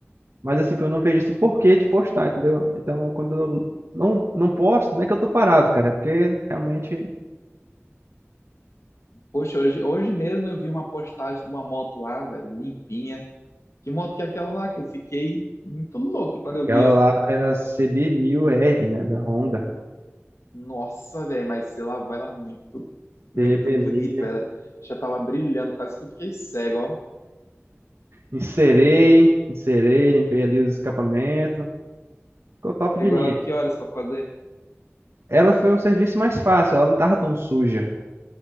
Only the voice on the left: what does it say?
poxa, hoje, hoje mesmo eu vi uma postagem de uma moto lá, velho, limpinha. Que moto que é aquela lá que eu fiquei muito louco quando
eu vi, ó.
Nossa, velho, mas você lavou ela muito,
muito bonito, velho. Já tava brilhando, quase que eu fiquei cego, ó.
Pegou
ela que horas pra fazer?